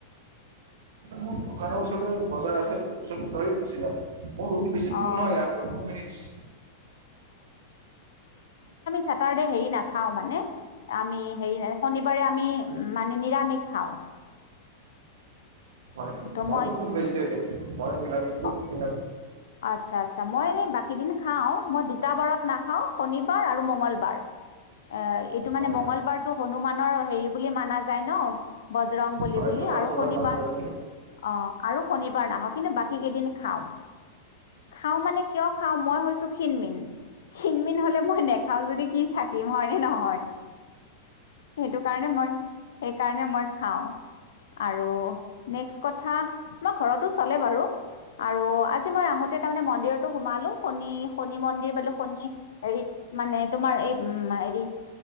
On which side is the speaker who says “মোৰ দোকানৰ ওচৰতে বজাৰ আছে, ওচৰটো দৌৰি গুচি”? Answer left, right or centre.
Right